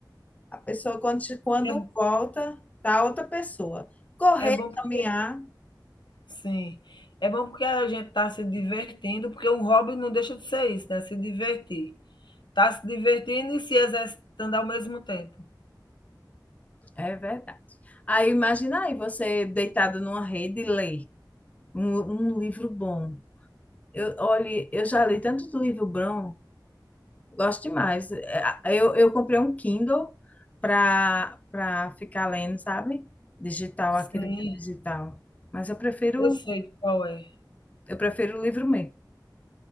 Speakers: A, on the left (about 20°); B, on the left (about 75°).
A: A pessoa, quando, quando
B: É,
A: volta, tá outra pessoa. Correr,
B: é bom porque,
A: caminhar,
B: sim, é bom porque a gente está se divertindo, porque um hobby não deixa de ser isso, né? Se divertir. Está se divertindo e se exercitando ao mesmo tempo.
A: É verdade. Aí imagina aí você deitado numa rede e lê um, um livro bom. Eu, olhe, eu já li tanto do livro bom, gosto demais. É, Eu, eu comprei um Kindle para para ficar lendo, sabe? Digital, aquele
B: Sim,
A: digital. Mas eu prefiro
B: eu sei qual é.
A: eu prefiro o livro mesmo.